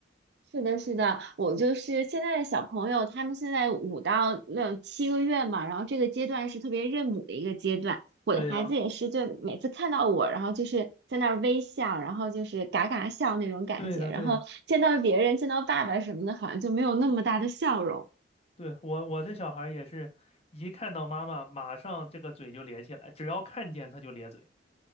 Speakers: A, on the right; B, on the left.
A: 是的，是的，我就是现在的小朋友，他们现在五到六七个月嘛，然后这个阶段是特别认母的一个阶段。我的孩子也是，
B: 对的，
A: 就每次看到我，然后就是在那儿微笑，然后就是嘎嘎笑那种感觉，
B: 对的，
A: 然后见到别人，
B: 对的，
A: 见到爸爸什么的，好像就没有那么大的笑容。
B: 对，我我这小孩儿也是一看到妈妈，马上这个嘴就咧起来，只要看见他就咧嘴。